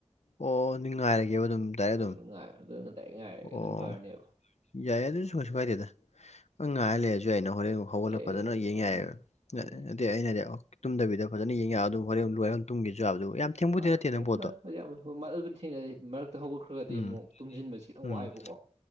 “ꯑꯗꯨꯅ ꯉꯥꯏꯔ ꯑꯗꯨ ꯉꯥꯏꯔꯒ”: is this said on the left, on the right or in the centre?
Right